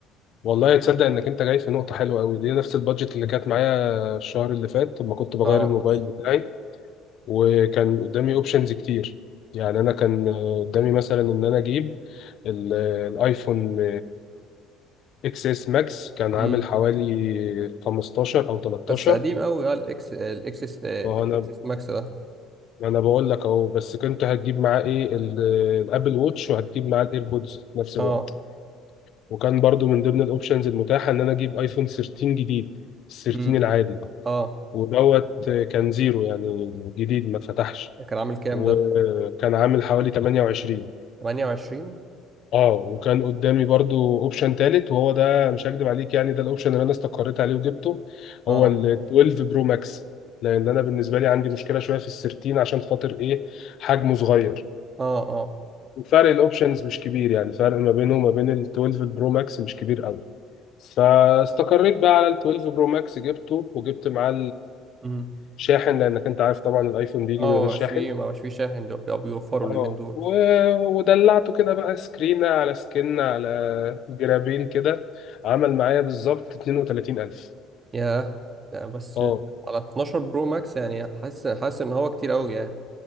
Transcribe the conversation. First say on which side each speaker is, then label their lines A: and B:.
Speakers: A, on the left; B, on the right.
A: والله تصدق انك انت جاي في نقطه حلوه قوي دي نفس البادجت اللي كانت معايا الشهر اللي فات لما كنت بغير
B: اه
A: الموبايل بتاعي وكان قدامي اوبشنز كتير يعني انا كان آه، قدامي مثلا ان انا اجيب ال- الايفون اكس اس ماكس كان عامل
B: امم
A: حوالي 15 او 13
B: بس قديم قوي اه الإكس الإكسس آه،
A: فانا
B: الإكسس ماكس ده
A: انا بقول لك اهو بس كنت هتجيب معاه ايه ال- الابل ووتش وهتجيب معاه الايربودز في نفس الوقت
B: اه
A: وكان برضو من ضمن الاوبشنز المتاحه ان انا اجيب ايفون 13 جديد 13
B: امم
A: العادي
B: اه
A: ودوت آه، كان زيرو يعني جديد ما اتفتحش
B: ده كان عامل كام
A: وكان
B: ده
A: عامل حوالي 28
B: 28
A: اه وكان قدامي برضو اوبشن تالت وهو ده مش هكدب عليك يعني ده الاوبشن اللي انا استقريت عليه وجبته
B: اه
A: هو ال 12 برو ماكس لان انا بالنسبه لي عندي مشكله شويه في السيرتين عشان خاطر ايه حجمه صغير
B: اه اه
A: وفرق الاوبشنز مش كبير يعني فرق ما بينه وما بين ال 12 برو ماكس مش كبير قوي فاستقريت بقى على ال 12 برو ماكس جبته وجبت معاه
B: امم
A: الشاحن لانك انت عارف طبعا الايفون بيجي
B: اه
A: من غير
B: ما بقاش
A: شاحن
B: فيه ما بقاش فيه شاحن دول بيوفروا
A: اه
B: اليومين دول
A: و- ودلعته كده بقى سكرينة على سكنة على جرابين كده عمل معايا بالظبط 32000
B: يا لا بس
A: اه
B: على 12 برو ماكس يعني حاسس حاسس ان هو كتير قوي يعني